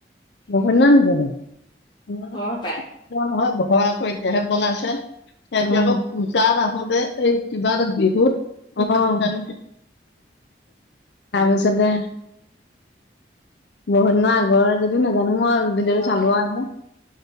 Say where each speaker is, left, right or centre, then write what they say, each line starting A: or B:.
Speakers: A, on the left; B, on the left.
A: বহুত দিনৰ নেকি সেইটো?
B: হয় পাই
A: নহয় ঘৰ আকৌ এতিয়াহে বনাইছে। তেহেঁতি আকৌ পূজাত আহোতে এই কিবা এটা বিহুত অ', তাৰ পিছতে বহুত দিনৰ আগৰে যদিও নাজানো, মই ভিডিঅ'টো
B: অ',
A: চালো আৰু এতিয়া।